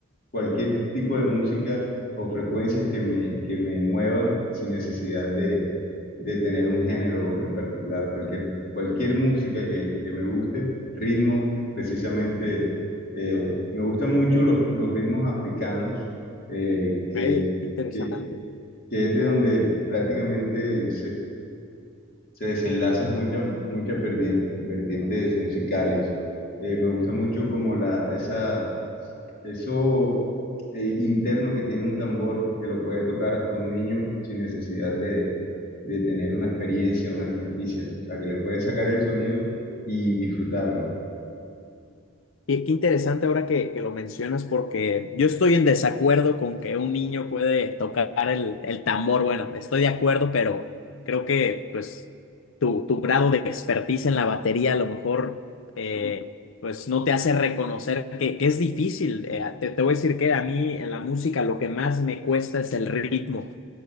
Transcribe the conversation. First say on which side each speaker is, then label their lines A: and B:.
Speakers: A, on the left (about 45°); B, on the left (about 65°).
A: cualquier tipo de música o frecuencias que me, que me muevan sin necesidad de, de tener un género en particular. Cualquier, cualquier música que, que me guste, ritmo, precisamente. eh, me gustan mucho los, los ritmos africanos, eh, que,
B: Ey, qué interesante.
A: que, que es de donde prácticamente se desenlazan muchas muchas verdien- vertientes musicales. Eh, me gusta mucho como la, esa, eso eh, interno que tiene un tambor que lo puede tocar hasta un niño sin necesidad de, de tener una experiencia, una experticia. O sea, que le puede sacar el sonido y disfrutarlo.
B: Y qué interesante ahora que, que lo mencionas, porque yo estoy en desacuerdo con que un niño puede tocar el, el tambor. Bueno, estoy de acuerdo, pero creo que pues tu, tu grado de expertise en la batería a lo mejor eh, pues no te hace reconocer que, que es difícil. Eh, te, te voy a decir que a mí en la música lo que más me cuesta es el ritmo.